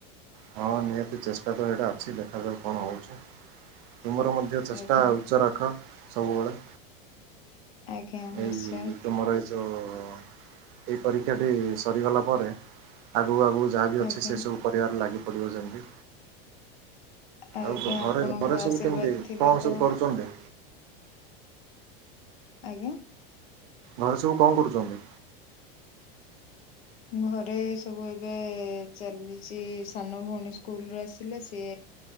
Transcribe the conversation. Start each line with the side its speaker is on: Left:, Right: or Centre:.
Right: ହଁ ନିହାତି ଚେଷ୍ଟା ତ ହେଇଟା ଅଛି ଦେଖା ଯାଉ କଣ ହଉଚି। ତୁମର ମଧ୍ୟ ଚେଷ୍ଟା
Left: ଆଜ୍ଞା
Right: ଉଚ୍ଚ ରଖ ସବୁବେଳେ।
Left: ଆଜ୍ଞା
Right: ଏଇ
Left: ନିଶ୍ଚୟ
Right: ତମର ଯୋଉ ଏଇ ପରୀକ୍ଷାଟି ସରିଗଲା ପରେ ଆଗୁକୁ ଆଗୁକୁ ଯାହା ବି ଅଛି
Left: ଆଜ୍ଞା
Right: ସେ ସବୁ କରିବାରେ ଲାଗି ପଡ଼ିବ ଯେମିତି।
Left: ଆଜ୍ଞା
Right: ଆଉ ଘରେ
Left: ଆପଣଙ୍କ
Right: ଘରେ ସବୁ
Left: ଆଶୀର୍ବାଦ
Right: କେମିତି,
Left: ଥିଲେ
Right: କଣ
Left: ତ
Right: ସବୁ କରୁଛନ୍ତି?
Left: ଆଜ୍ଞା।
Right: ଘରେ ସବୁ କଣ କରୁଛନ୍ତି?
Left: ଘରେ ସବୁ ଏବେ ଚାଲିଛି, ସାନ ଭଉଣୀ ସ୍କୁଲ ରୁ ଆସିଲେ ସେ